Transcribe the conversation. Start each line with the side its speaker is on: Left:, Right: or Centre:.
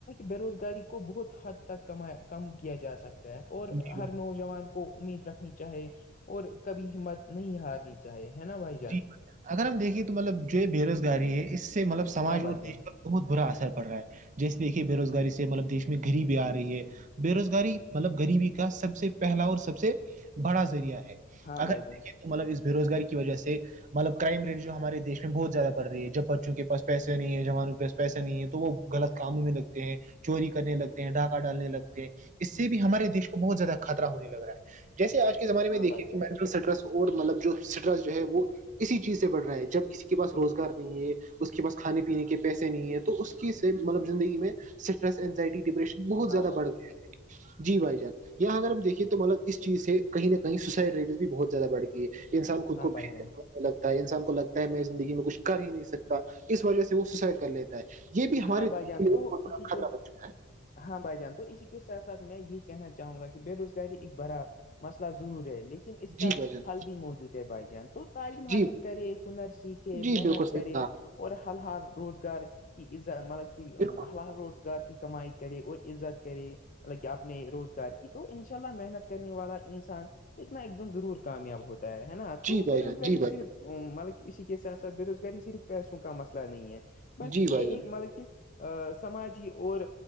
Left: بے روزگاری کو بہت حد تک کما کم کیا جا سکتا ہے اور
Right: جی
Left: ہر
Right: بھائی
Left: نوجوان کو امید رکھنی چاہے اور کبھی ہمت نہیں ہارنی چاہے ہے نا بھائی جان
Right: جی اگر ہم دیکھے تو مطلب جو بے روزگاری ہے اس سے مطلب سماج
Left: ہاں بھائی
Right: اور
Left: جان
Right: دیش پر بہت برا اثر پڑ رہا ہے جیسےیک کہ بے روزگاری سے مطلب دیش میں گریبی آ رہی ہے بے روزگاری مطلب غریبی کا سب سے پہلا اور سب سے بڑا ذریعہ ہے
Left: ہاں
Right: اگر
Left: بائی
Right: ہم
Left: جے
Right: دیکھیں مطلب اس بےوزگاری کی وجہ سے مطلب کرائم رٹ جو ہمارے دیش میں بہت زیادہ بڑ رہی ہے جب بچوں کے پا پیسے نہیں ہے جوانوں کے پاس پیسہ نہیں ہے تو وہ غلط کاموں میں لگتے ہیں چوری کرنے لگتے ہیں ڈھاکہ ڈالنے لگتے ہیں اس سے بھی ہمارے دیش کو بہت زیادہ خطرہ ہونے لگ رہا ہے جیسے آج کے زمانے میں
Left: ہاں
Right: دیکھیے
Left: بھائی جان
Right: کہ مینٹل اسٹریس اور مطلب جو اسٹرس ہے وہ اسی چیز سے بڑ رہا ہے جبکہ کسی کے پاس روزگار نہیں ہے اس کے پاس کھانے پینے کے پیسے نہیں ہے تو اس کی سے مطلب زندگی میں اسٹریس ازائٹی ڈپریشن بہت
Left: ہاں
Right: زیادہ
Left: بھائی
Right: بڑھ
Left: جان
Right: گیا ہے جی بھائی جان یہاں اگر ہم دیکے تو مطلب اس چیز سے کہیں نہ کہیں سوسائڈ ریٹز بھی بہت زیادہ بڑ گئی ہے انسان کو لگتا
Left: ہاں بھائی جان
Right: ہے انسان کو لگتا ہے میں زندگی میں کچھ کر ہی نہیں سکتا اس وجہ سے وہ سوسائڈ کر لیتے یہ بھی ہمارے
Left: ہاں بھائی
Right: دیش
Left: جان
Right: کے لی
Left: تو
Right: بہت بڑا
Left: اسی
Right: خطرہ
Left: کے
Right: بن چکا ہے
Left: ہاں بھائی جان تو اسی کے ساتھ ساتھ میں یہ کہنا چاہوں گا کہ بے روزگاری ایک بڑا مسئلہ ضرور ہے لیکن اس کا
Right: جی بھائی جان
Left: حل بھی موجود ہے بھائی جان تو تعلیم حاصل
Right: جی
Left: کرے ہنر سیکھے
Right: جی
Left: محنت
Right: بالکل صحیح
Left: کرے
Right: کہا
Left: اور حل حال روزگار کی مطلب کہ
Right: بالکل
Left: حل روزگار کی کمائی کرے اور عزت کرے مطلب کہ اپنے روزگار کی تو ان شاء اللہ محنت کرنے والا انسان ایک نہ ایک دم ضرور کامیاب ہوتا ہے نا تو
Right: جی بھائی
Left: بے روزگاری
Right: جان جی بھائی
Left: صرف مطلب کہ اسی کے ساتھ ساتھ بےروزگاری صرف پیسوں کا مسئلہ نہیں ہے بلکہ
Right: جی
Left: یہ
Right: بھائی جان جی بھائی جان
Left: ایک مطلب کہ سماجی اور